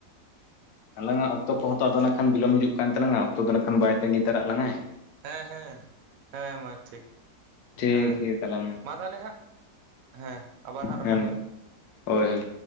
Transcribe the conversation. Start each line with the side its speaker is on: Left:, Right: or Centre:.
Left: ᱟᱞᱟᱝᱟᱜ ᱚᱠᱛᱚ ᱠᱚᱦᱚᱸ ᱛᱚ ᱟᱫᱚ ᱱᱟᱜ ᱠᱷᱟᱱ ᱵᱤᱞᱚᱢ ᱦᱤᱡᱩᱜ ᱠᱟᱱ ᱛᱞᱟᱝᱟ ᱚᱠᱛᱚ ᱫᱚ ᱱᱟᱜ ᱠᱷᱟᱱ ᱵᱟᱭ ᱛᱟᱺᱜᱤ ᱛᱟᱨᱟᱜ ᱞᱟᱝᱟᱭ
Right: ᱦᱮᱸ ᱦᱮᱸ ᱦᱮᱸ ᱢᱟ ᱴᱷᱤᱠ
Left: ᱴᱷᱤᱠ
Right: ᱦᱮᱸ
Left: ᱜᱮᱭᱟ ᱛᱟᱦᱚᱞᱮ
Right: ᱢᱟ ᱛᱟᱦᱚᱞᱮ ᱦᱟᱸᱜ ᱦᱮᱸ ᱟᱵᱟᱨ ᱦᱟᱸᱜ ᱨᱚᱯᱚᱲ
Left: ᱦᱮᱸ
Right: ᱦᱩᱭᱩᱜᱼᱟ
Left: ᱢᱟ ᱦᱳᱭ ᱦᱳᱭ